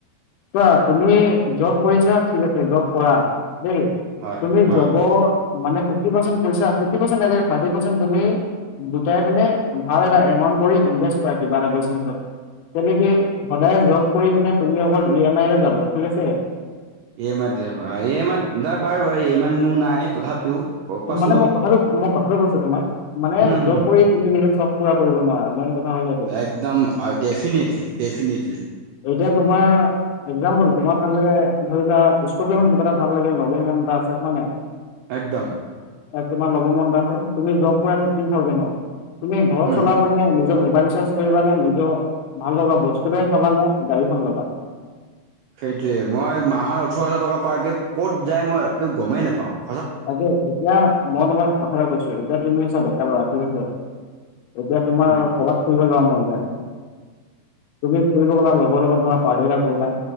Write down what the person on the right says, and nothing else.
হয়
হয়
ইএমাইত যাব। এমাইত দ বাৰু বাৰ এমাইত মোৰ নাই তথাপিও ক কোৱাচোন
বাৰু
হুম হুম
একদম ডেফিনেটলি ডেফিনেটলি
একদম
হুম
সেইটোৱে মই মাহৰ ওঠৰ হাজাৰ টকা প ক'ত যায় মই গমেই নোপাওঁ
উম,